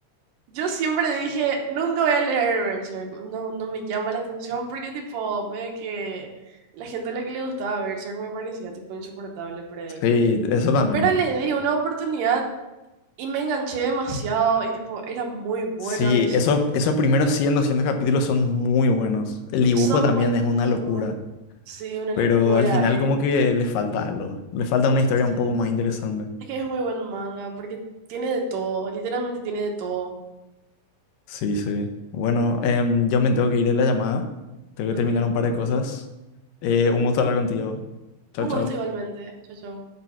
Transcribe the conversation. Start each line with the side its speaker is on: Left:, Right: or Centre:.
Right: yo siempre dije, nunca voy a leer Berserk, no, no me llama la atención porque tipo, medio que la gente a la que le gustaba Berserk me parecía tipo insoportable por ahí.
Left: sí, eso también.
Right: Pero le di una oportunidad y me enganché demasiado y tipo, era muy bueno
Left: Sí,
Right: había sido.
Left: eso, esos primeros 100, 200 capítulos son muy buenos. El dibujo
Right: Son
Left: también
Right: buenísimos,
Left: es una locura,
Right: sí, una locura
Left: pero al final
Right: es.
Left: como que le falta algo, le falta una historia
Right: Sí,
Left: un poco más interesante.
Right: es que es muy buen manga porque tiene de todo, literalmente tiene de todo.
Left: Sí, sí. Bueno, em, yo me tengo que ir a la llamada, tengo que
Right: Ok,
Left: terminar un par de cosas. Eh, un gusto hablar contigo. Chao,
Right: un
Left: chao.
Right: gusto igualmente, chao, chao.